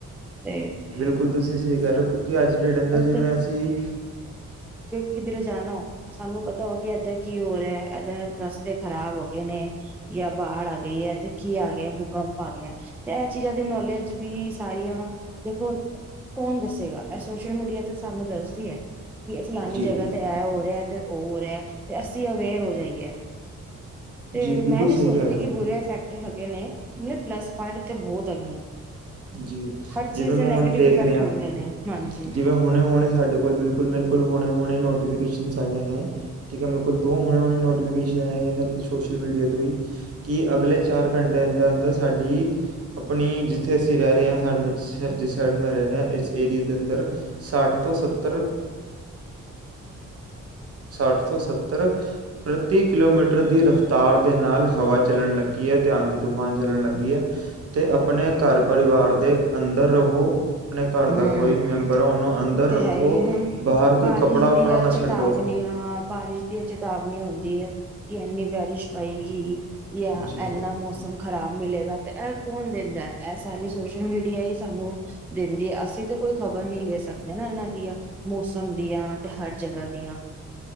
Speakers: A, in the centre; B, on the right (about 50°).
A: ਤੇ
B: ਬਿਲਕੁਲ, ਤੁਸੀਂ ਸਹੀ ਕਹਿ ਰੇ ਓ, ਕਿਉਂਕਿ ਅੱਜ ਦੀ ਡੇਟ ਅੰਦਰ
A: ਉਹ
B: ਜਿਵੇਂ ਅਸੀਂ
A: ਕਿੱਧਰੇ ਜਾਣਾ, ਸਾਨੂੰ ਪਤਾ ਹੋ ਕਿ ਏਧਰ ਕੀ ਓ ਰਿਆ? ਏਧਰ ਰਸਤੇ ਖ਼ਰਾਬ ਹੈਗੇ ਨੇ ਜਾਂ ਬਾੜ ਆ ਗਈ ਏ ਤੇ ਕੀ ਆ ਗਿਆ ਭੂਕੰਪ ਆ ਗਿਆ ਤੇ ਇਹ ਚੀਜ਼ਾਂ ਦੀ ਨੌਲੇਜ ਵੀ ਸਾਰੀਆਂ। ਦੇਖੋ, ਕੌਣ ਦੱਸੇਗਾ? ਇਹ ਸੋਸ਼ਲ ਮੀਡੀਆ ਤੇ ਸਾਨੂੰ ਦੱਸਦੀ ਏ ਕਿ ਫਲਾਨੀ
B: ਜੀ
A: ਜਗ੍ਹਾ ਤੇ ਐ ਹੋ ਰਿਹਾ ਤੇ ਓ ਹੋਰੇਆ। ਤੇ ਅਸੀਂ ਅਵੇਅਰ ਹੋ ਜਾਈਏ। ਤੇ
B: ਜੀ ਬਿਲਕੁਲ
A: ਮੈਂ ਨੀ
B: ਸਹੀ
A: ਸੋਚਦੀ
B: ਕਹਿ ਰਹੇ
A: ਕਿ
B: ਹੋ
A: ਬੁਰੇ ਈਫੈਕਟ ਏ ਹੈਗੇਨੇ ਪਲੱਸ ਪੌਇੰਟ ਤੇ ਬੋਹਤ ਹੈਗੇ ਨੇ
B: ਜੀ
A: ਹਰ ਚੀਜ਼
B: ਜਿਵੇਂ
A: ਦੇ
B: ਮੈਂ
A: ਨੈਗੇਟਿਵ
B: ਹੁਣ ਦੇਖ
A: ਇਫੈਕਟ
B: ਰਿਹਾ
A: ਹੁੰਦੇ ਨੇ ਹਾਂਜੀ
B: ਜਿਵੇਂ ਹੁਣੇ ਹੋੁਣੇ ਸਾਡੇ ਕੋਲ ਬਿਲਕੁਲ ਬਿਲਕੁਲ ਹੋਣੇ ਹੁਣੇ ਨੋਟੀਫਿਕੇਸ਼ਨਸ ਆਈਆਂ ਨੇ ਠੀਕ ਹੈ ਮੇਰੇ ਕੋਲ ਦੋ ਹਣੇ ਹੁਣੇ ਨੋਟੀਫਿਕੇਸ਼ਨ ਆਈਆਂ ਨੇ ਸੋਸ਼ਲ ਮੀਡੀਆ ਤੋਂ ਹੀ ਕਿ ਅਗਲੇ ਚਾਰ ਘੰਟੇ ਅੰਦਰ ਅੰਦਰ ਸਾਡੀ ਅਪਣੀ ਜਿਸ ਜੱਥੇ ਅਸੀਂ ਰੇ ਰਏ ਆਂ ਸਾਡੇ ਮੈਂ ਜਿਸ ਜਿਸ ਸਾਈਡ ਮੈਂ ਰੇ ਰੇਆਂ ਇਸ ਏਰੀਏ ਦੇ ਅੰਦਰ ਸੱਠ ਤੋਂ ਸੱਤਰ ਸੱਠ ਤੋਂ ਸੱਤਰ ਪ੍ਰਤੀ ਕਿਲੋਮੀਟਰ ਦੀ ਰਫਤਾਰ ਦੇ ਨਾਲ ਹਵਾ ਚੱਲਣ ਲੱਗੀ ਏ ਧਿ ਆਂਦੀ ਤੂਫਾਨ ਚੱਲਣ ਲੱਗੀ ਏ ਅਤੇ ਅਪਣੇ ਘਰ ਪਰਿਵਾਰ ਦੇ ਅੰਦਰ ਰਹੋ ਘਰ
A: ਹਮ
B: ਦਾ ਕੋਈ ਵੀ ਮੈਂਬਰ ਹੈ ਉਹਨੂੰ ਅੰਦਰ
A: ਉਹ ਤੇ
B: ਰੱਖੋ
A: ਹੈ ਹੀ ਹੁਣ
B: ਬਾਹਰ
A: ਬਾਰਿਸ਼
B: ਕੋਈ ਕੱਪੜਾ
A: ਦੀਆਂ
B: ਵੱਪੜਾ ਨਾ ਛੱਡੋ
A: ਚੇਤਾਵਨੀਆਂ ਬਾਰਿਸ਼ ਦੀਆਂ ਚੇਤਾਵਨੀਆਂ ਹੁੰਦੀਆਂ ਕਿ ਇੰਨੀ ਬਾਰਿਸ਼ ਪਏਗੀ ਜਾਂ
B: ਜੀ
A: ਇੰਨਾ ਮੌਸਮ ਖ਼ਰਾਬ ਮਿਲੇਗਾ ਤੇ ਇਹ ਕੌਣ ਦਿੰਦਾ ਇਹ ਸਾਰੀ ਸੋਸ਼ਲ ਮੀਡੀਆ ਹੀ ਸਾਨੂੰ ਦਿੰਦੀ ਆ ਅਸੀਂ ਤਾਂ ਕੋਈ ਖ਼ਬਰ ਨੀ ਲੈ ਸਕਦੇ ਨਾ ਇਹਨਾਂ ਦੀਆਂ ਮੌਸਮ ਦੀਆਂ ਤੇ ਹਰ ਜਗ੍ਹਾ ਦੀਆਂ